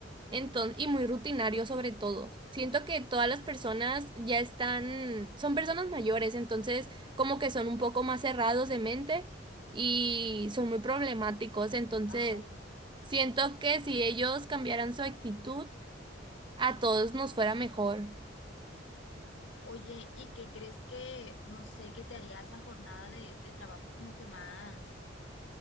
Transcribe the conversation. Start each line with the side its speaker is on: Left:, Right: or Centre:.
Right: entonces, y muy rutinario sobre todo. Siento que todas las personas ya están, son personas mayores, entonces como que son un poco más cerrados de mente y son muy problemáticos, entonces
Left: Ay, no.
Right: siento que si ellos cambiaran su actitud a todos nos fuera mejor.
Left: Oye, ¿y qué crees que, no sé, qué te haría esa jornada de, de trabajo como que más,